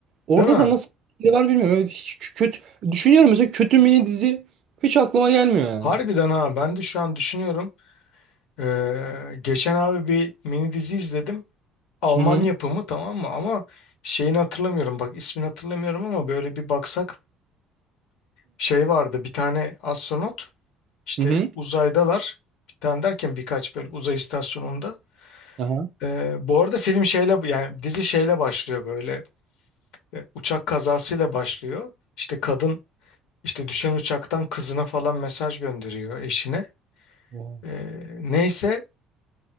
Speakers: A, on the right (about 55°); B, on the left (about 75°).
A: Orada
B: Değil mi?
A: da nasıl bir şey var bilmiyorum. Evet, hiç kö- kötü düşünüyorum mesela kötü mini dizi hiç aklıma gelmiyor yani.
B: Harbiden ha ben de şu an düşünüyorum. Ee, geçen abi bir mini dizi izledim. Alman
A: Hı hı.
B: yapımı tamam mı? Ama şeyini hatırlamıyorum bak ismini hatırlamıyorum ama böyle bir baksak şey vardı bir tane astronot işte
A: Hı hı. hı.
B: uzaydalar. Bir tane derken birkaç böyle uzay istasyonunda.
A: Aha.
B: Ee, bu arada film şeyle yani dizi şeyle başlıyor böyle e, uçak kazasıyla başlıyor. İşte kadın işte düşen uçaktan kızına falan mesaj gönderiyor eşine.
A: Oha.
B: Ee, neyse